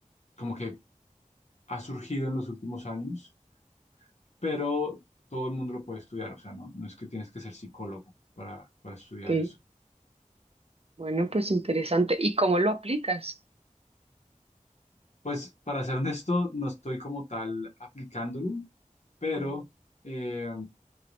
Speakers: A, on the left; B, on the right.
A: como que ha surgido en los últimos años, pero todo el mundo lo puede estudiar. O sea, no, no es que tienes que ser psicólogo para, para estudiar
B: ok.
A: eso.
B: Bueno, pues interesante. ¿Y cómo lo aplicas?
A: Pues para ser honesto, no estoy como tal aplicándolo, pero...
B: Ajá.
A: eh,